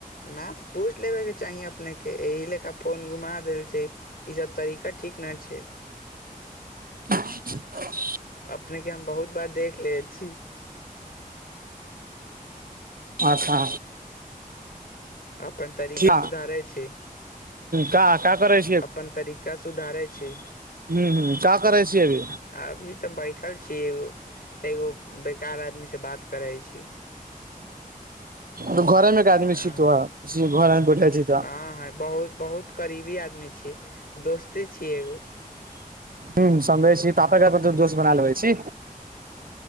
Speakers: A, on the left; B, on the right.
A: नहि तऽ पूछि लेबेके चाही अपनेके एहि लेखा फोन घुमा देल छै ई सब तरीका ठीक ना छै
B: <unintelligible>
A: अपने के हम बहुत बार देख ले छी
B: अच्छा
A: अपन तरीका
B: हूँ
A: सुधारे छी
B: का का करै
A: अपन तरीका सुधारै छी
B: हू हूं का करै छी अभी
A: अभी तऽ बैठल छी एगो एगो बेकार आदमीसँ बात करै छी
B: हऽ घरेमे के आदमी
A: आ
B: छी तोरा घरमे बैठल छी तऽ
A: ह ह बहुत बहुत करीबी आदमी छियै दोस्ते छियै एगो
B: ह समझै छी पापाके अपन दोस बना लेबै छी